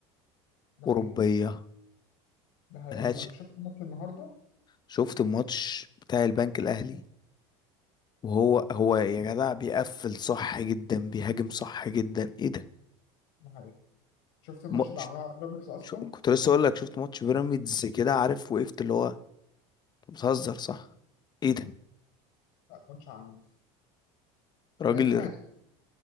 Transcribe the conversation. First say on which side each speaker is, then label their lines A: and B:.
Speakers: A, on the left (about 75°); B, on the left (about 30°).
A: ده
B: اوروبيه
A: حقيقه ده حقيقه
B: ملهاش
A: لما شفت الماتش النهارده
B: شفت الماتش بتاع البنك الاهلي وهو هو يا جدع بيقفل صح جدا بيهاجم صح جدا ايه ده
A: ده حقيقه شفت الماتش
B: ماتش
A: اللي عملوها على روبرتس اصلا
B: شو- كنت لسه اقول لك شفت ماتش بيراميدز كده عارف وقفت اللي هو أنت بتهزر صح ايه ده
A: لا، ماتش عالمي
B: راجل
A: هي فرقه